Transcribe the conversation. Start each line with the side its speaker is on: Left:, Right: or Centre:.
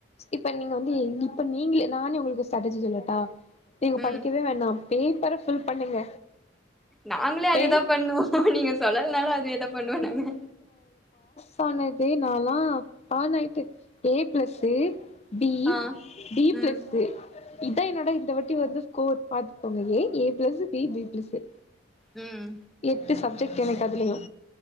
Left: இப்ப நீங்க வந்து இப்ப நீங்களே நானே உங்களுக்கு ஸ்டாட்டஜி சொல்லட்டா நீங்க
Centre: ம்
Left: படிக்கவே வேண்ணாம் பேப்பர ஃபில் பண்ணுங்க
Centre: நாங்களும் அதேதான்
Left: பேப்
Centre: பண்ணுவோம் நீங்க சொல்லலனாலும் அதையே தான் பண்ணுவோ நாங்க
Left: ஸ் ஆனதே நாலாம் ஆன் ஆயிட்டு ஏ பிளஸ்சு பி
Centre: ஆ
Left: பி
Centre: ம்
Left: பிளஸ் இதான் என்னோட இந்த வாட்டி வந்து ஸ்கோர் பார்த்துக்கோங்க A A plus B B plus
Centre: ம்
Left: எட்டு சப்ஜெக்ட் எனக் அதுலயும்